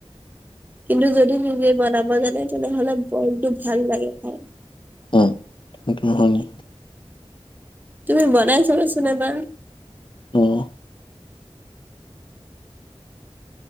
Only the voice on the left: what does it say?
উম, সেটো হয়নি।
উম।